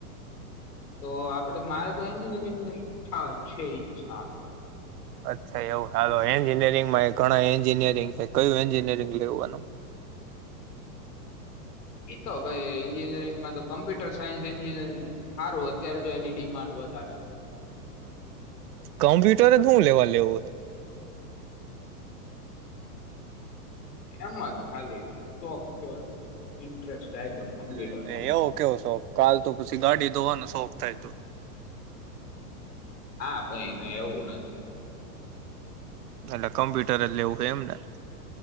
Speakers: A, on the left; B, on the right.
A: તો આપડે મારે તો એન્જિનિયરિંગની ઈચ્છા છે ઈચ્છા
B: અચ્છા એવું હાલો એન્જિનિયરિંગ માં એ ઘણાં એન્જીિનયરિંગ કયું એન્જિનિયરિંગ લેવાનું
A: એઈતો ભાઈ એન્જિનિયરિંગમાં તો કોમ્પ્યુટર સાયન્સ એન્જિનયરિંગ સારું. અત્યારે તો એની ડિમાન્ડ વધારે છે.
B: કમ્પ્યુટર જ હું લેવા લેવું?
A: એમાં જ ખાલી શોખ થયો. ઇન્ટરેસ્ટ આવ્યો છે કમ્પ્યુટરમાં
B: એટલે એવું કેવો શો કાલ તો પછી ગાડી ધોવાનો શોખ થાય તો
A: હા ભ એને એવું નથી
B: એટલે કમ્પ્યુટર જ લેવું હોય એમ ને